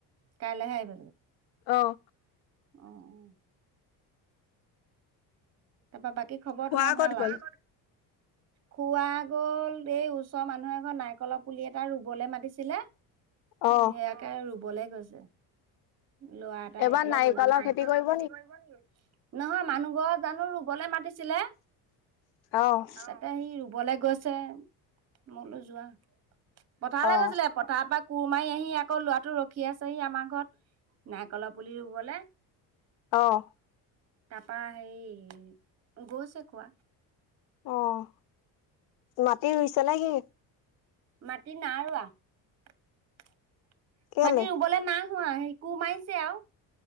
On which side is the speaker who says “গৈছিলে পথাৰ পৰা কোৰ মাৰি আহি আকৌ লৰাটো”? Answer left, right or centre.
Right